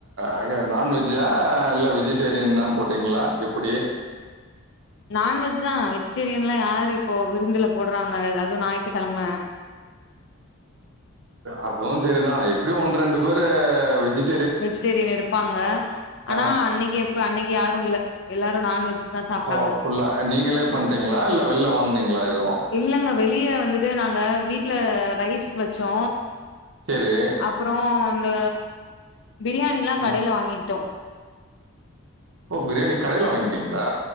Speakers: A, on the right; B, on the left.
A: ஆக நான்வெஜ்ஜா இல்ல வெஜிடேரியன் தா போட்டீங்ளா எப்டி
B: நான்வெஜ் தா வெஜிடேரியன்ல்லா யாரு இப்போ விருந்துல போட்றாங்க அது ஞாயித்துக்கெழம
A: அதுவு செரிதா எப்டி ஒண்ணு ரெண்டு பேரு வெஜிட்
B: வெஜிடேரியன் இருப்பாங்க ஆனா
A: ஆ
B: அன்னைக்கு எப்ப அன்னைக்கு யாரு இல்ல எல்லாரு நான்வெஜ் தா சாப்ட்டாங்க
A: ஓ ஃபுல்லா அ நீங்களே பண்ட்டீங்களா இல்ல வெள்ல வாங்கினீங்களா எதுவு
B: இல்லங்க வெளிய வந்துட்டு நாங்க வீட்ல ரைஸ் வெச்சோ
A: செரி
B: அப்றோ இந்த பிரியாணிலா கடைல
A: ம்
B: வாங்கிக்கிட்டோ
A: ஓ பிரியாணி கடைல வாங்கிட்டிங்ளா